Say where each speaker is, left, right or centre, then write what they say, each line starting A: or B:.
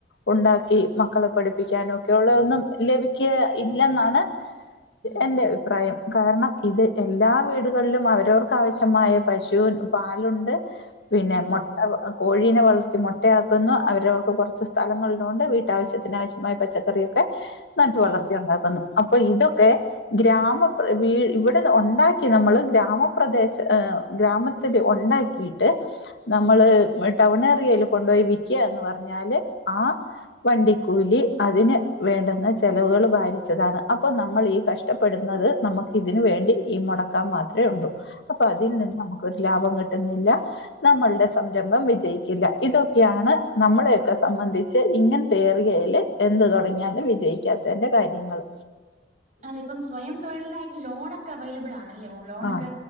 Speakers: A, on the left (about 80°); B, on the right (about 45°).
A: ഉണ്ടാക്കി മക്കളെ പഠിപ്പിക്കാനും ഒക്കെള്ളരു ഒന്നും ലഭിക്യാ ഇല്ലെന്നാണ്
B: ഉം
A: എന്റെ ആ പ്രായം കാരണം ഇത് എല്ലാ വീടുകളിലും അവരവർക്ക് ആാവശ്യമായ പശു പാലുണ്ട് പിന്നെ
B: ഉം
A: മോ ട്ട കോഴീനെ വളർത്തി മുട്ടയാക്കുന്നു അവരവർക്ക് കൊറച്ച് സ്ഥലങ്ങളില്ള്ളോണ്ട് വീട്ടാവശ്യത്തിന ആവശ്യമായ പച്ചക്കറി ക്കേ നട്ട്
B: ഉം
A: വളർത്തി ഉണ്ടാക്കുന്നു അപ്പൊ ഇതൊക്കെ ഗ്രാമപ്ര ഇവിടെ ഉണ്ടാക്കി നമ്മള് ഗ്രാമപ്രദേശ ഹ്‌ ഗ്രാമത്തില് ഒണ്ടാക്കി കിട്ട് നമ്മള് ടൗൺ ഏറിയല് കൊണ്ടോ പോയി വിക്ക്യാന്ന് പറഞ്ഞാല് ആ വണ്ടിക്കൂലി അതിന് വേണ്ടുന്ന ചെലവുകൾ വാരിച്ചതാണ് അപ്പൊ നമ്മൾ ഈ കഷ്ടപ്പെടുന്നത് നമുക്ക് ഇതിന് വേണ്ടി ഈ മുട ക്കാം മാത്രഒള്ളൂ അപ്പൊ അതിൽ
B: ഉം
A: നിന്ന് നമുക്കൊരു ലാഭം കിട്ടുന്നില്ല നമ്മൾടെ സംരംഭം വിജയിക്കില്ല ഇതൊക്കെയാണ് നമ്മളെയൊക്കെ സംബന്ധി ച്ച് ഇങ്ങൻതേ ഏറീയേല് എന്ത്
B: ഉം
A: തുടങ്ങിയാലും വിജയിക്കാത്തന്റെ കാര്യങ്ങള്
B: അതെ ഇപ്പം സ്വയം തൊഴിലിനാഴിട്ട് ലോണോക്കെ അവൈലബിൾ ആണല്ലോ ലോലോനോക്കെ
A: ആ